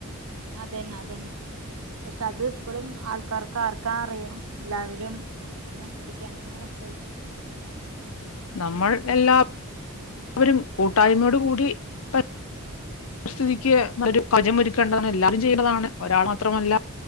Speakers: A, on the right; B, on the left.
A: അതന്നെ അതന്നെ പക്ഷെ അത് ഇപ്പോഴും ആൾക്കാർക്ക് ആർക്കാ അറിയാം എല്ലാവരും നശിപ്പിക്കൻ തന്നെ നികുള്ളോ
B: നമ്മൾ എല്ലാവ വരും കൂട്ടായ്മയോടും കൂടി പ സ്ഥിതിക്ക് ഒരു കവജ ഒരുക്കേണ്ടത എല്ലരും ചെയ്യേണ്ടതാണ് ഒരാൾ മാത്രമല്ല